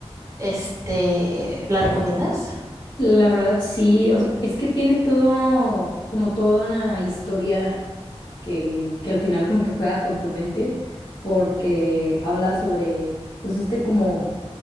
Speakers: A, on the right (about 30°); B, on the left (about 45°).
A: este, ¿la recomiendas?
B: La verdad sí, o sea, es que tiene todo, como toda una historia que, que al final como que juega con tu mente, porque habla sobre pues este como